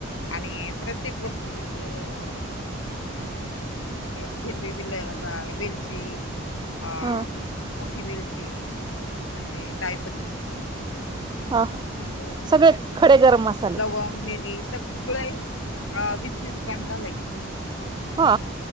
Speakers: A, on the left; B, on the right.
A: आणि प्रत्येक वस्तू जसं हा हि हिरवी बिल वेलची अ
B: हा
A: मोठी विलची परत ते जायपत्री हिंग
B: हा हा सगळे खडे गरम मसाले
A: लवंग मरीच सगळे अ वीस वीसुकान घालायचे
B: हा